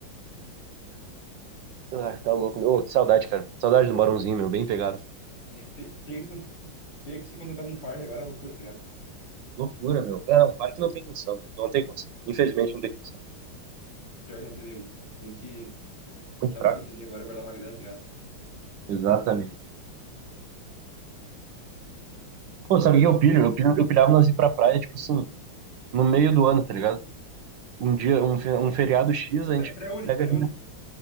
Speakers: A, on the right; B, on the left.
A: Ai, tá louco, meu. Ô, que saudade, cara. Saudade do Barãozinho, meu, bem pegado.
B: Tem que ter, ter que se, con- ter que se contentar com um par agora é loucura, tá ligado?
A: Loucura, meu. É, não, parque não tem condição, meu. Não tem condição. Infelizmente não tem condição.
B: Pior que não tem nenhum. Tem que
A: Muito
B: dar
A: fraco,
B: uma seguradinha agora, guardar uma grana, tá ligado?
A: meu. Exatamente. Pô, sabe o que eu pilho? Eu, pilho, eu pilhava nós ir pra praia, tipo assim, no meio do ano, tá ligado? Um dia, um, fe- um feriado X, a
B: Pré-
A: gente
B: Pré-uni,
A: pega
B: pré-uni.
A: ali. né?